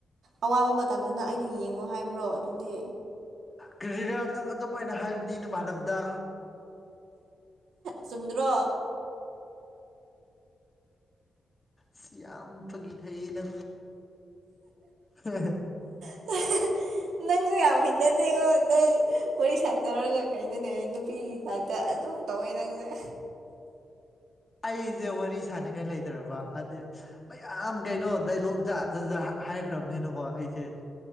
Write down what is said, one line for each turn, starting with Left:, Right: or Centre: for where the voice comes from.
Right: ꯑꯋꯥꯕ ꯃꯇꯝꯗꯨꯅ ꯑꯩꯅ ꯌꯦꯡꯉꯣ ꯍꯥꯏꯕ꯭ꯔꯣ ꯑꯗꯨꯗꯤ
Left: ꯀꯦꯖꯤꯔꯥ ꯅꯪ ꯑꯗꯨꯝ ꯍꯥꯏꯥꯏꯅ ꯍꯥꯏꯕꯗꯤ ꯅꯃꯥꯟꯅꯕꯗ
Right: ꯆꯨꯝꯗ꯭ꯔꯣ
Left: ꯁꯤ ꯌꯥꯝ ꯐꯒꯤ ꯊꯩꯅ ꯍ
Right: <inaudible> ꯅꯪꯁꯦ ꯌꯥꯝ ꯍꯩꯅ ꯊꯡꯉꯣ ꯅꯪ ꯋꯥꯔꯤ ꯁꯥꯥꯟ ꯇꯧꯔꯒ ꯀꯩꯅꯣꯅꯦ ꯅꯨꯄꯤꯒꯤ ꯍꯥꯏꯇ ꯑꯗꯨꯝ ꯇꯧꯋꯤ ꯅꯪꯁꯦ
Left: ꯑꯩꯁꯦ ꯋꯥꯔꯤ ꯁꯅꯤꯡꯉꯥꯏ ꯂꯩꯇ꯭ꯔꯕ ꯍꯥꯏꯗꯤ ꯃꯌꯥꯝ ꯀꯩꯅꯣ ꯗꯥꯏꯂꯣꯛ ꯖꯥꯠ ꯖꯥ ꯖ ꯍꯥꯏꯈ꯭ꯔꯕꯅꯤꯅꯀꯣ ꯑꯩꯁꯦ